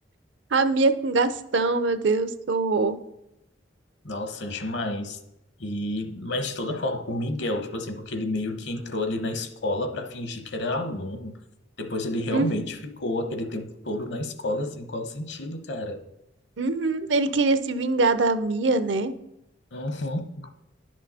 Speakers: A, on the right; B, on the left.
A: A Mia com Gastão, meu Deus, que horror.
B: Nossa, demais. E, mas de toda forma, o Miguel, tipo assim, porque ele meio que entrou ali na escola pra fingir que era aluno. Depois ele realmente
A: Hum,
B: ficou aquele tempo todo na escola, assim, qual o sentido, cara?
A: uhum. Ele queria se vingar da Mia, né?
B: Uhum.